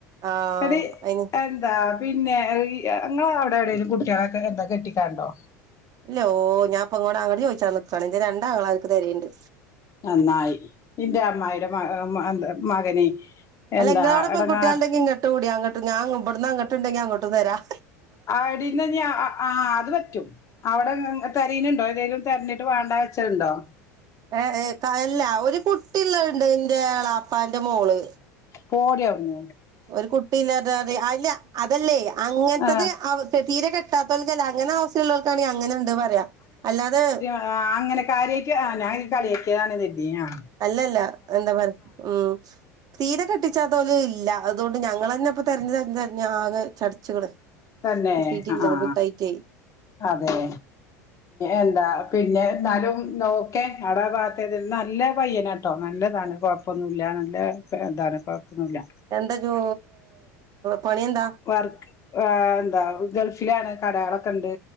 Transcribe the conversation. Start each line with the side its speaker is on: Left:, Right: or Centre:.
Right: ആഹ്
Left: എടി
Right: അയിന്
Left: എന്താ പിന്നെ ഇങ്ങളെ അവിടെ എവിടെലും കുടിയാളെ കെട്ടിക്കാണ്ടോ
Right: ഇല്ലോ ഞാഅപ്പൊങ്ങോട്ട അങ്ങോ ചോദിച്ചാ നിൽക്കുവാണ് എന്റെ രണ്ടാളാർക്ക് തെരുണ്ട്
Left: നന്നായി എന്റെ അമ്മ്മയുടെ മ മകനെ
Right: അല്ല
Left: എന്താ
Right: നിങ്ങളവിട
Left: എടങ്ങാർ
Right: പെൺകുട്ടികളണ്ടെങ്ക ഇട്ട കൂടി അങ്ങോട്ട ഞാ ഇടന്ന് അങ്ങട്ടണ്ടങ്കിൽ അങ്ങോട്ടും തരാം
Left: അവിടന്ന് ഞാ ആഹ് അത് പറ്റും അവിടെ തെരനുണ്ടോ ഏതെങ്കിലും തെരഞ്ഞിട്ട് വണ്ട വെച്ചതുണ്ടോ
Right: ഏഹ് അല്ല ഒരു കുട്ടിയള്ള ഉണ്ട് എന്റെ ആളാപ്പാന്റെ മോള്
Left: പോടിയട്ന്ന്
Right: ഒരു കുട്ടില്ല അത അല്ല അതല്ലേ അങ്ങനത്തത്
Left: ആ
Right: തീരെ കെട്ട കിട്ടാത്തൾക്കല്ല അങ്ങനെ അവസ്ഥയുള്ളള്ളവൾക്കാണെങ്കിൽ അങ്ങനെ ഉണ്ട് പറയാ അല്ലാെതെ
Left: ആഹ് അങ്ങനെ കാര്യയിട്ട് ആഹ് ഞാൻകരുതി കളിയക്കിയതാണ് കരുതി അ
Right: അല്ലല്ല എന്താ പറ ഉം തീരെ കെട്ടിച്ചാതോൽ ഇല്ല അതുകൊണ്ട് ഞങ്ങൾ തന്നെ ഇപ്പ തതിരഞ്ഞു തെരഞ്ഞ തഞ്ഞ ആകെ ചടച്ചുകള്
Left: തന്നെ
Right: കിട്ടിയിട്ടില്ല
Left: ആഹ്
Right: കിട്ടായിട്ടേ
Left: അതെ എന്താ പിന്നെ എന്നാലും നോക്കെ അടാ ഭാഗത്ത നല്ല പയ്യന കേട്ടോ നല്ലതാണ് കുഴപ്പൊന്നുല്ല നല്ല താണ് കുഴപ്പൊന്നുല്ല
Right: എന്താ ജോ പണി എന്ത
Left: വർക്ക് ആഹ് എന്താ ഗൾഫിലാണ് കടളൊക്കെ ഉണ്ട്